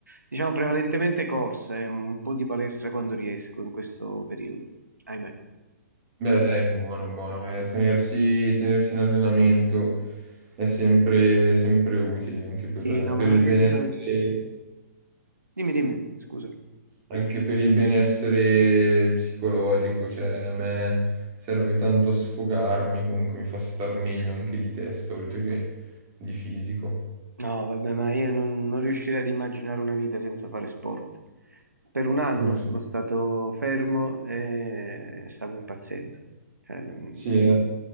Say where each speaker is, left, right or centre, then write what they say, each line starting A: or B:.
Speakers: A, on the right; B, on the right.
A: diciamo prevalentemente corse, eh, un po' di palestra quando riesco in questo periodo, ahimè.
B: Beh, dai, buono, buono. Eh, tenersi, tenersi in allenamento è sempre, sempre utile anche per,
A: Sì, no,
B: per
A: ma
B: il
A: non riesco.
B: benessere,
A: Dimmi, dimmi, scusa.
B: anche per il benessere psicologico. Cioè, a me serve tanto sfogarmi, comunque mi fa star meglio anche di testa, oltre che di fisico.
A: No, vabbè, ma io non, non riuscirei ad immaginare una vita senza fare sport. Per un anno
B: Mm,
A: sono stato fermo e stavo impazzendo. Cioè, non-
B: Sì, eh.